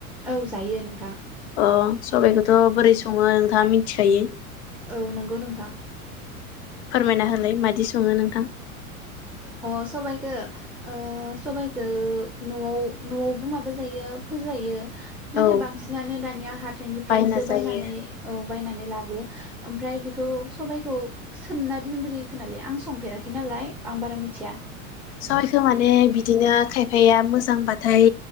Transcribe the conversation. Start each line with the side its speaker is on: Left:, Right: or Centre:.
Centre: औ जायो नोंथां।
Left: अ सबबायखौथ' बोरै सङो? नोंथाङा मिथिखायो।
Centre: औ नंगौ नोंथां।
Left: फोरमायना होलाय मादि सङो नोंथां।
Centre: अ सबायखो ओ सबाइखो न'आव न'आवबो माबा जायो। फोजायो नाथाय
Left: औ
Centre: बांसिनानो दानिया हाथाइनिफ्रायसो
Left: बायना जायो।
Centre: बायनानै औ। बायनानै लाबो ओमफ्राय बेखौ सबबायखौ सोमना दोनग्रोयो खोनालाय आं संफेराखै नालाय। आं बारा मिथिया।
Left: <unintelligible> खौ माने बिदिनो खायफाया मोजांबाथाय